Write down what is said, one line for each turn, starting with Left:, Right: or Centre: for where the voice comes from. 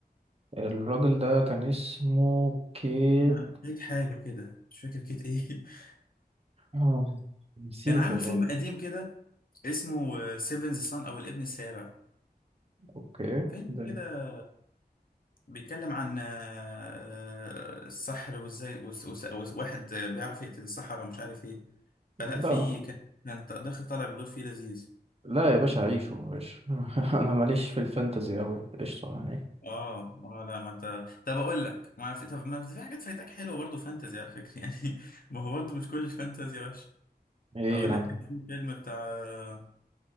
Right: الراجل ده كان اسمه كيت
Left: آه، كيت حاجة كده مش فاكر كيت ايه <laughs>
Right: آه، نسيته
Left: كان عامل
Right: برضه
Left: فيلم قديم كده اسمه سيفنز سان او الابن السابع
Right: اوكي
Left: فيلم
Right: ده
Left: كده بيتكلم عن آه، آه، السحر وازاي وس- وس- وس- واحد بيعرف يقتل السحرة ومش عارف ايه فلا
Right: لا
Left: في كان كان داخل طالع بدور فيه لذيذ
Right: لا يا باشا عيشه يا باشا <laughs> انا ماليش في الفانتزي اوي قشطة يعني
Left: اه اه لا ما انت طب اقول لك ما في طب ما في حاجات فايتك حلوه برضه فانتزي على فكره <laughs> يعني ما هو برضه مش كل الفانتزي وحش
Right: ايه
Left: اقول
Right: يعني
Left: لك كان في فيلم بتاع آه،